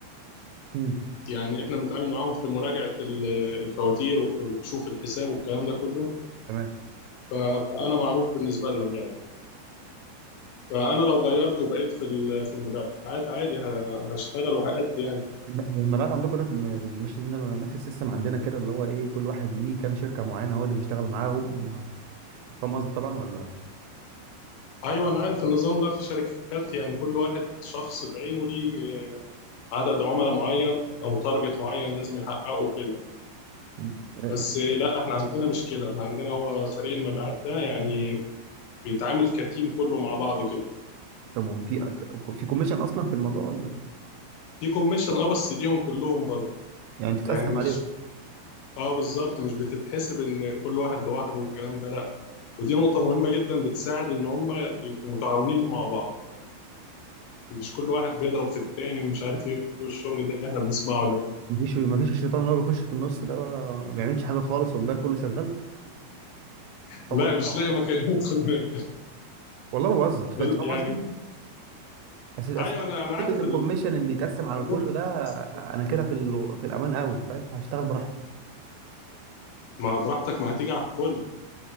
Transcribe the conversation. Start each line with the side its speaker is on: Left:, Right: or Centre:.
Right: مم.
Left: يعني احنا بنتعامل معاهم في مراجعه ال- الفواتير وك- وكشوف الحساب والكلام ده كله
Right: تمام
Left: ف- فانا معروف بالنسبه لهم يعني فانا لو غيرت وبقيت في ال- في المبيعات عادي ه- هشتغل وهأدي يعني
Right: الم- المبيعات عندكم نفس م- مش زينا- نفس السيستم عندنا كده اللي هو ايه كل واحد ليه كام شركه معينه هو اللي بيشتغل معاهم وما- فاهم قصدي طبعا ولا
Left: ايوه انا عارف النظام ده في شركات يعني كل واحد شخص بعينه ليه عدد عملاء معين او تارجت معين لازم يحققه كده
Right: مم. آه،
Left: بس لا احنا عندنا مش كده احنا عندنا هو فريق المبيعات ده يعني بيتعامل كتيم كله مع بعض كده
Right: طب وفي في كوميشن اصلا في الموضوع ولا
Left: في كوميشن اه بس ليهم كلهم برضه
Right: يعني تتقسم
Left: يعني مش
Right: عليهم
Left: اه بالظبط مش بتتحسب ان كل واحد لوحده والكلام ده لا ودي نقطة مهمة جدا بتساعد ان هم يبقوا متعاونين مع بعض مش كل واحد بيضرب في التاني ومش عارف ايه والشغل اللي احنا بنسمعه ده
Right: مفيش مفيش الشيطان اللي هو بيخش في النص ده ما بيعملش حاجه خالص والباقي كله شغال فاهم
Left: لا
Right: قصدي
Left: مش
Right: طبعا
Left: لاقي مكان يدخل
Right: والله ما بهزر
Left: منه.
Right: انت فاهم
Left: يعني
Right: قصدي بس بس
Left: ايوه انا انا
Right: حته
Left: عارف
Right: ان الكوميشن
Left: ال-
Right: اللي يتقسم
Left: الامور
Right: على كله
Left: اللي
Right: ده
Left: بتحصل.
Right: انا كده في ال... في الامان قوي فاهم فهشتغل براحتي
Left: ما براحتك ما هتيجي على الكل